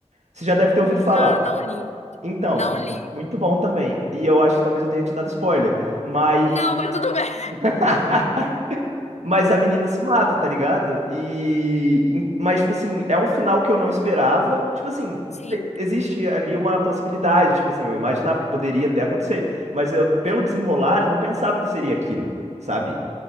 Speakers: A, on the right; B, on the left.
A: Você já deve ter ouvido
B: Não,
A: falar.
B: não li.
A: Então,
B: Não
A: mu-
B: li.
A: muito bom também. E eu acho que talvez eu tenha te dado spoiler, mas...
B: Não, mas tudo bem.
A: <laughs> Mas a menina se mata, tá ligado? E. em- Mas, tipo assim, é um final que eu não esperava. Tipo assim,
B: Sim.
A: te- existe ali uma possibilidade. Tipo assim, eu imaginava que poderia até acontecer. Mas eu, pelo desenrolar, eu não pensava que seria aquilo, sabe?